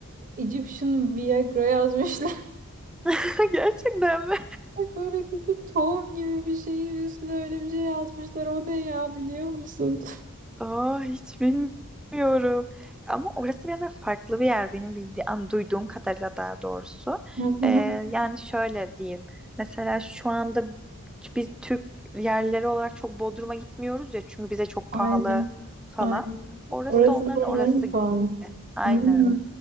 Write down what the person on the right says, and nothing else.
Egyptian Viagra yazmışlar.
Böyle küçük tohum gibi bir şeyin üstüne öyle bir şey yazmışlar. O ne ya biliyor musun? <laughs>
Hı hı.
Aynen.
Aynen.
Orası
da onların
pahalı.
Hmm.